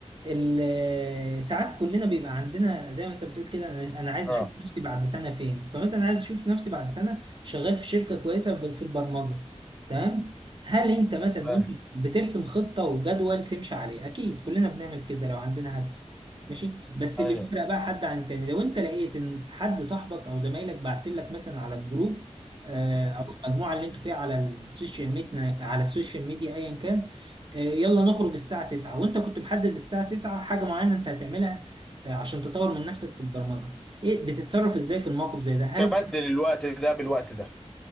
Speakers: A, on the right (about 45°); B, in the centre.
A: ال- آه، ساعات كلنا بيبقى عندنا زي ما انت بتقول كده انا أنا عايز
B: اه
A: اشوف نفسي بعد سنه فين فمثلا عايز اشوف نفسي بعد سنه شغال في شركه كويسه ب- في البرمجه تمام هل انت مثلا
B: اه
A: وانت بترسم خطه وجدول تمشي عليه اكيد كلنا بنعمل كده لو عندنا هدف ماشي بس
B: ايوه
A: اللي بيفرق بقى حد عن تاني لو انت لقيت ان حد صاحبك او زمايلك بعت لك مثلا على الجروب آه، او المجموعه اللي انتوا فيها على السوشيال ميديا على السوشيال ميديا ايا كان آه، يلا نخرج الساعه 9 وانت كنت محدد الساعه 9 حاجه معينه انت هتعملها آه، عشان تطور من نفسك في البرمجه ايه بتتصرف ازاي في الموقف زي ده هل
B: تبدل
A: بت...
B: الوقت ده بالوقت ده